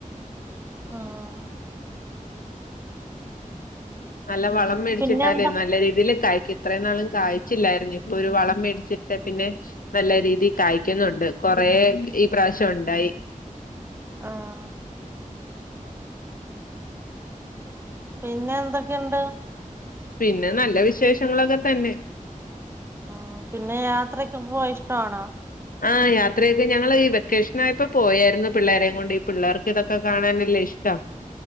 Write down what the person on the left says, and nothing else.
നല്ല വളം മേടിച്ചിട്ടാലേ
നല്ല രീതിയില് കായ്ക്കു ഇത്രെ നാളും കായ്ച്ചില്ലായിരുന്നു. ഇപ്പൊ ഒരു വളം മേടിച്ചിട്ട് പിന്നെ നല്ല രീതി കായ്ക്കുന്നുണ്ട്. കൊറെ ഈ പ്രാവശ്യം ഉണ്ടായി.
പിന്നെ നല്ല വിശേഷങ്ങളൊക്കെ തന്നെ.
ആഹ് യാത്രയൊക്കെ ഞങ്ങള് ഈ വെക്കേഷനായപ്പോ പൊയാരുന്നു പിള്ളേരേം കൊണ്ട്. ഈ പിള്ളേർക്ക് ഇതൊക്കെ കാണാനല്ലേ ഇഷ്ടം.